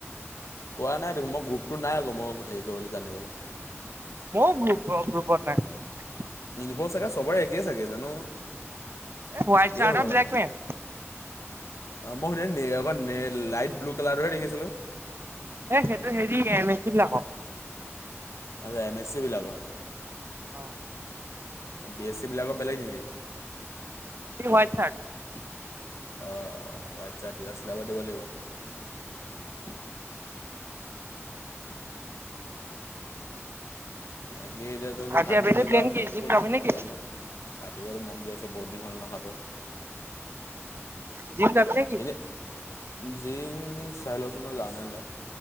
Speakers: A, on the left; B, on the right.
A: কোৱা নাই দে মই গ্ৰুপটো নাই আকৌ মই হেৰি কৰিবলৈ জানিবলৈ।
B: মোৰ গ্ৰুপ গ গ্ৰুপত নাই।
A: ইনভলভ চাগে চবৰে একেই চাগে জানো
B: এই হোৱাইট
A: একেই
B: চাৰ্ট
A: হ'ব
B: আৰু
A: লাগে।
B: ব্লেক পেণ্ট
A: অ মই শুন অ লাইট ব্লু কালাৰটোহে দেখিছিলো।
B: এ সেইটো হেৰি মিস্তিবিলাকক।
A: আচ্ছা এম এছ চি বিলাকৰ।
B: অ
A: বি এছ চি বিলাকৰ বেলেগ নেকি।
B: উৱাই থাকে।
A: অ ৱাইট চাৰ্ট চিলাব দিব লাগিব। বাকী এতিয়া ত যদি
B: আজি
A: ভাত
B: আবেলি
A: খাব
B: প্লেন
A: যাও
B: কি
A: মোকো
B: জিম
A: কৈ দিবি
B: যাবি
A: ময়ো
B: নেকি
A: যাম মানে। খাটিব আৰু মন গৈ আছে বহুত দিন হ'ল নহয় এইটো।
B: জিম যাবি নেকি
A: এনেই জিন্স। চাই লওচোন ন যাও নে নাযাও